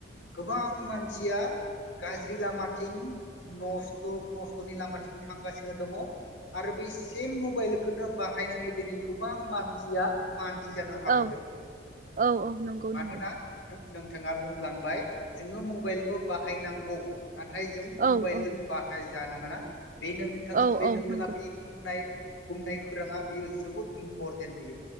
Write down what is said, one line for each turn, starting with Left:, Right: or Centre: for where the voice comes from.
Left: गोबां मानसिया। गाज्रि लामाथिं नस्थ' नस्थ'नि लामाथिं थांगासिनो दङ। आरोबैस मबाइलखौनो बाहायनानै दिनै गोबां मानसिया मानसि जानो हाबोदों
Right: औ औ औ नंगौ
Left: मानोना
Right: नंगौ
Left: नोंथाङा बुंलांबाय जोङो मबाइलखौ बाहायनांगौ नाथाय जों
Right: औ
Left: मबाइलजों
Right: औ
Left: बाहाय जानाङाना बे नोंथाङा
Right: औ
Left: बे
Right: औ
Left: नोंथाङा
Right: नंगौ
Left: बे बुंनाय बुंनाय खौराङा बियो जोबोद इम्परटेन्ट बियो